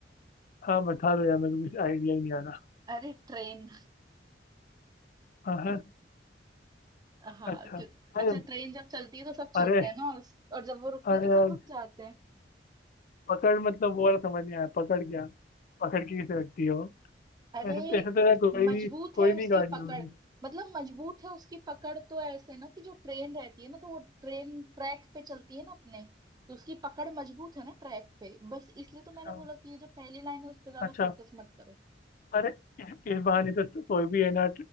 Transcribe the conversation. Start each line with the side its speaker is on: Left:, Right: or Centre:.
Left: हाँ बता दो यार मेरे को कुछ आइडिया ही नहीं आ रहा
Right: अरे ट्रेन
Left: हाँ हाँ
Right: हाँ
Left: अच्छा
Right: क्यों
Left: अरे
Right: अच्छा ट्रेन जब चलती है तो सब चलते
Left: अरे
Right: हैं ना और, और जब वो रुकती
Left: अरे
Right: है तो
Left: यार
Right: सब रुक जाते हैं
Left: पकड़ मतलब वो वाला समझ नहीं आया पकड़ क्या पकड़ के किसे रखती है वो
Right: अरे
Left: ऐसे ऐसे तो यार कोई
Right: मजबूत
Left: भी
Right: है
Left: कोई भी
Right: उसकी
Left: गाड़ी
Right: पकड़
Left: होगी
Right: मतलब मजबूत है उसकी पकड़ तो ऐसे ना कि जो ट्रेन रहती है ना तो वो ट्रेन ट्रैक पे चलती है ना अपने तो उसकी पकड़ मजबूत है ना ट्रैक पे बस इसलिए तो मैंने
Left: हाँ,
Right: बोला कि ये जो पहली लाइन है उस पर ज्यादा
Left: अच्छा
Right: फोकस मत करो
Left: अरे इस, इस बहाने तो कोई भी है ना